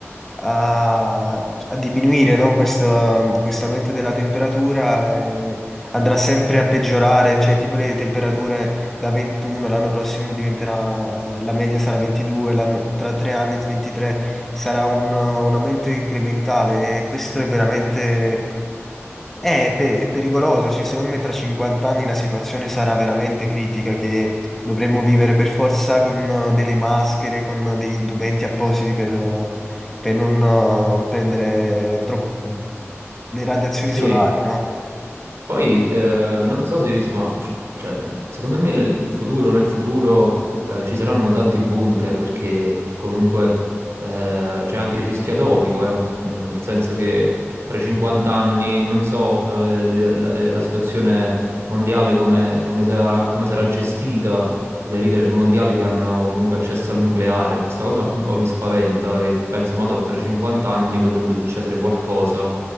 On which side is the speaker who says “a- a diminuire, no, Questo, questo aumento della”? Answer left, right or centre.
Centre